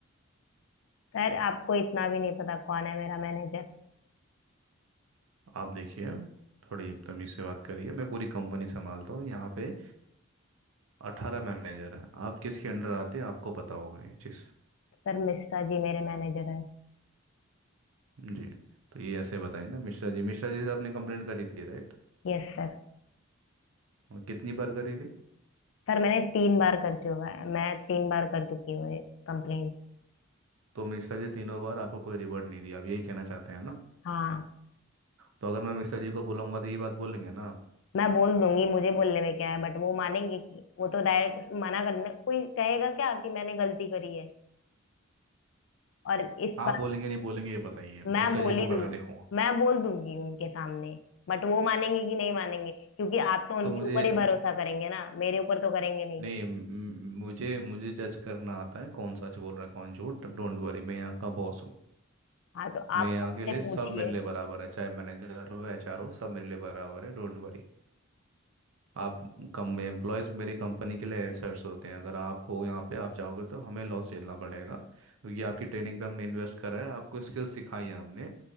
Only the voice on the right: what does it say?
आप देखिए थोड़ी तमीज से बात करिए मैं पूरी कंपनी संभालता हूँ यहाँ पे अठारह मैनेजर हैं आप किसके अंडर आते हैं आपको पता होगा ये चीज़
जी तो ये ऐसे बताइए ना मिश्रा जी मिश्रा जी से आपने कंप्लेंट करी थी राइट
और कितनी बार करी थी
तो मिश्रा जी तीनों बार आपको कोई रिवॉर्ड नहीं दिया आप यही कहना चाहते हैं ना
तो अगर मैं मिश्रा जी को बुलाऊंगा तो ये बात बोलेंगे ना आप
आप
बोलेंगे नहीं बोलेंगे ये बताइए
मिश्रा
जी को
मैं देखूंगा
तो मुझे
नहीं म- म- मुझे मुझे जज करना आता है कौन सच बोल रहा है कौन झूठ डोंट वरी मैं यहाँ का बॉस हूँ
मैं यहाँ
के लिए
सब मेरे लिए बराबर है चाहे मैनेजर हो एचआर हो सब मेरे लिए बराबर है डोंट वरी आप कम एम्प्लॉयज़ मेरी कंपनी के लिए एसेट्स होते हैं अगर आप हो यहाँ पे आप जाओगे तो हमें लॉस झेलना पड़ेगा क्योंकि आपकी ट्रेनिंग पे हमने इन्वेस्ट करा है आपको स्किल सिखाई है हमने